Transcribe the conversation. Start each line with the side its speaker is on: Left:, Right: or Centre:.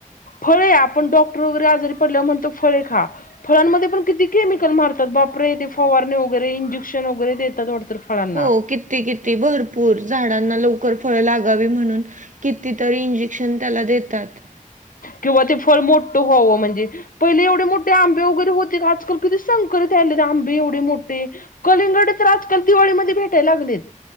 Left: फळे आपण डॉक्टर वगैरे आजारी पडल्यावर म्हणतो, फळे खा. फळांमध्ये पण किती केमिकल मारतात. बापरे ते फवारणी वगैरे इंजेक्शन वगैरे देतात वाटतं. फळांना
Right: हो किती किती भरपूर, झाडांना लवकर फळ लागावी म्हणून कितीतरी इंजेक्शन त्याला देतात
Left: किंवा ते फळ मोठं व्हावं म्हणजे. पहिले एवढे मोठे आंबे वगैरे होते का आजकाल कध संकरत राहिले आंबे एवढे मोठे. कलिंगड तर आजकाल दिवाळीमध्ये भेटायला लागलेत.